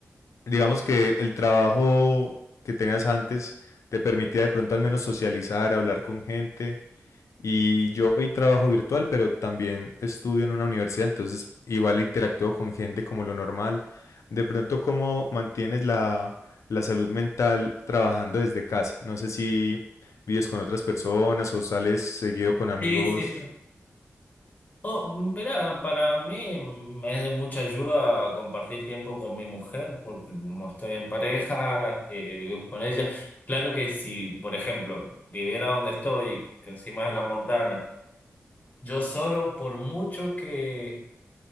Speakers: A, on the left (about 75°); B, on the left (about 35°).
A: digamos que el trabajo que tenías antes te permitía de pronto al menos socializar, hablar con gente. Y yo hoy trabajo virtual, pero también estudio en una universidad, entonces igual interactúo con gente como lo normal. De pronto, ¿cómo mantienes la, la salud mental trabajando desde casa? No sé si vives con otras personas o sales seguido con amigos.
B: Sí, sí, sí. Oh, verá, para mí me es de mucha ayuda compartir tiempo con mi mujer, porque como estoy en pareja, eh, vivo con ella. Claro que si, por ejemplo, viviera donde estoy, que encima es la montaña, yo solo, por mucho que